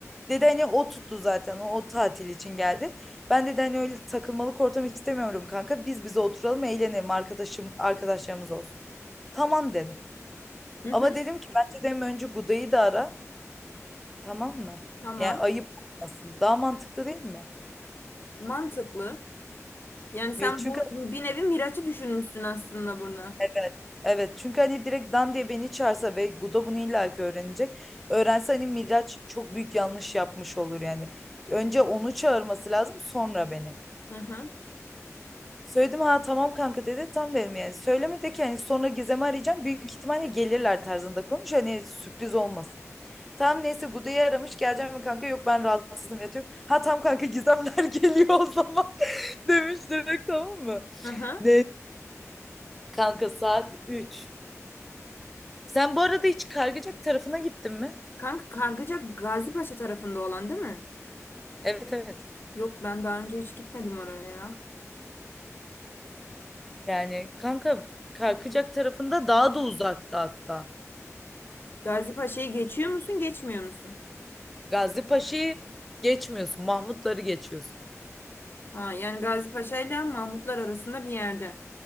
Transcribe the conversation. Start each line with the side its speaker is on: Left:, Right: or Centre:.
Centre: Dedi hani o tuttu zaten o, o tatil için geldi. Ben dedi hani öyle takılmalık ortam istemiyorum kanka. Biz bize oturalım eğlenelim arkadaşım arkadaşlarımız olsun. Tamam dedim.
Left: Hı
Centre: Ama
Left: hı,
Centre: dedim ki bence dedim önce Guda'yı da ara tamam mı?
Left: tamam.
Centre: Yani ayıp olmasın. Daha mantıklı değil mi?
Left: Mantıklı. Yani sen
Centre: Ya çünkü
Left: bu bir nevi Miraç'ı düşünmüşsün aslında burada.
Centre: evet. Evet çünkü hani direkt Dan diye beni çağırsa ve Guda bunu illaki öğrenecek. Öğrense hani Miraç çok büyük yanlış yapmış olur yani. Önce onu çağırması lazım sonra beni.
Left: Hı hı,
Centre: Söyledim ha tamam kanka dedi. Tam dedim yani. Söyleme de ki hani sonra Gizem'i arayacağım. Büyük ihtimalle gelirler tarzında konuş. Hani sürpriz olmasın. Tamam neyse Guda'yı aramış. Geleceğim mi kanka? Yok ben rahatsızım yatıyorum. Ha tamam kanka Gizemler <laughs> geliyor o zaman. <laughs> Demiş direkt tamam mı?
Left: hı hı.
Centre: Neyse. Kanka saat üç Sen bu arada hiç Kargıcak tarafına gittin mi?
Left: Kanka Kargıca Gazipaşa tarafında olan değil mi?
Centre: Evet evet.
Left: Yok ben daha önce hiç gitmedim oraya ya.
Centre: Yani kanka Kargıcak tarafında daha da uzakta hatta.
Left: Gazipaşa'yı geçiyor musun geçmiyor musun?
Centre: Gazi Paşa'yı geçmiyorsun. Mahmutları geçiyorsun.
Left: Ha, yani Gazi Paşa ile Mahmutlar arasında bir yerde.